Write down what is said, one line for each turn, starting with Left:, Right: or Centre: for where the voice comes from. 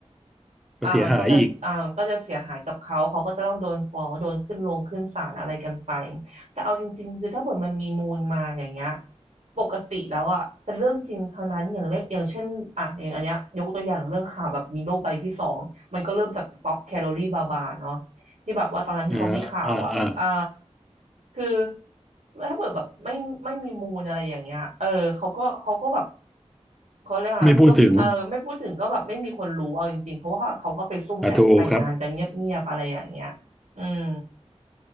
Centre: ก็เสียหายอีก
Right: อ่ามันก็จะอ่ามันก็จะเสียหายกับเขาเขาก็จะต้องโดนฟ้องโดนขึ้นลงขึ้นศาลอะไรกันไป แต่เอาจริงๆคือถ้าเกิดมันมีมูลมาอย่างเงี้ยปกติแล้วอ่ะเป็นเรื่องจริงเท่านั้นอย่างเล็กอย่างเช่นอ่ะอย่างอันเนี้ยยกตัวอย่างเรื่องข่าวแบบมีโรคใบที่สองมันก็เริ่มจากป๊อปแคลอรี่บาบาเนาะที่แบบว่าตอนนั้นที่เขามีข่าวอ่ะอ่า
Centre: เอ่ออ่าอ่า
Right: คือถ้าเกิดแบบไม่ไม่มีมูลอะไรอย่างเงี้ยเออเขาก็เขาก็แบบเขาเลยกอ่ะก็เออไม่พูดถึงก็แบบไม่มีคนรู้เอาจริงๆเพราะว่าเขาก็ไปซุ่มแอบแต่งงานกันเงียบๆอะไรอย่างเงี้ยอืม
Centre: ไม่พูดถึงอ่าถูกครับ